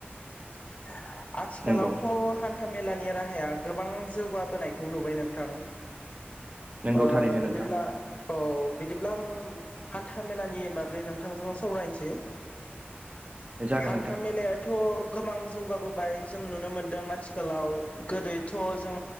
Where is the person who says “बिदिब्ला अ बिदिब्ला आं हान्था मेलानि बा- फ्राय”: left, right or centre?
Left